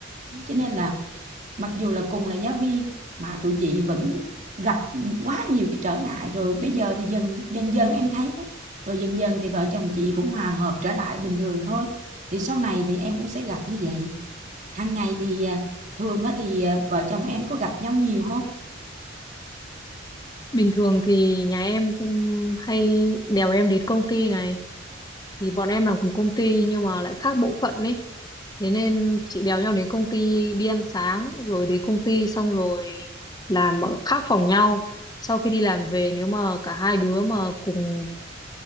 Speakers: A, on the right; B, on the left.
A: cho nên là mặc dù là cùng là giáo viên mà tụi chị vẫn gặp quá nhiều cái trở ngại rồi bây giờ thì dần dần dần em thấy đó rồi dần dần thì vợ chồng chị cũng hòa hợp trở lại bình thường thôi thì sau này thì em cũng sẽ gặp như vậy hàng ngày thì à, thường á thì à, vợ chồng em có gặp nhau nhiều không
B: Bình thường thì nhà em cũng hay đèo em đến công ty này thì bọn em làm cùng công ty nhưng mà lại khác bộ phận ấy thế nên chị đèo nhau đến công ty đi ăn sáng rồi đến công ty xong rồi làm ở khác phòng nhau sau khi đi làm về nếu mà cả hai đứa mà cùng